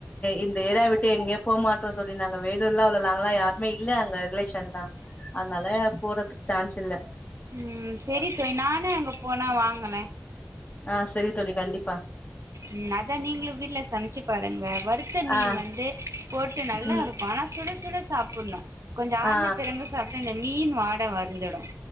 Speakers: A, on the left; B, on the right.
A: இந்த ஏரிய விட்டு எங்கே போக மாட்டோம் தோழி நாங்க வேலூர்லாம் அவ்ளோ லாங்கலா யாருமே இப்ப இல்ல அங்க ரிலேஷன்லா அதனால போறதுக்கு சான்ஸ் இல்ல
B: ம் செரி தோழி நானே அங்கே போனால் வாங்கலே
A: ஆ செரி தோழி கண்டிப்பா
B: ம் அத நீங்களும் வீட்ல சமைச்சு பாருங்க வருத்த மீன்
A: ஆ
B: வந்து போட்டு நல்லா
A: ம்
B: இருக்கும் ஆனா சுட சுட சாப்டணும் கொஞ்சம் ஆறுண
A: ஆ
B: பிறகு சா இந்த மீன் வாடை வந்துடும்